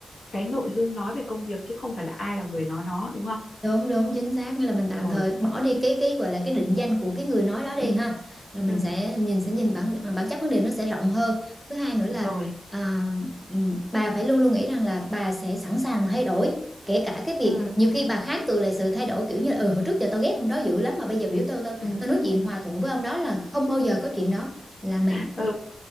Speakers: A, on the left (about 80°); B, in the centre.
A: cái nội dung nói về công việc chứ không phải là ai là người nói nó đúng không
B: đúng đúng chính xác nghĩa là mình
A: rồi
B: tạm thời bỏ đi cái cái gọi là cái định danh của cái người nói đó đi
A: ừ
B: ha là mình
A: ừ
B: sẽ nhìn sẽ nhìn bản à, bản chất vấn đề nó sẽ rộng hơn thứ hai nữa là
A: rồi
B: à, ừm, bà phải luôn luôn nghĩ rằng là bà sẽ sẵn sàng thay đổi kể cả cái việc
A: ừ
B: nhiều khi bà kháng cự lại sự thay đổi kiểu như là, ừ hồi trước giờ tao ghét ông đó dữ lắm mà bây giờ biểu tao tao
A: ừ
B: tao nói chuyện hòa thuận với ông đó là không bao giờ có chuyện đó là mình
A: ừ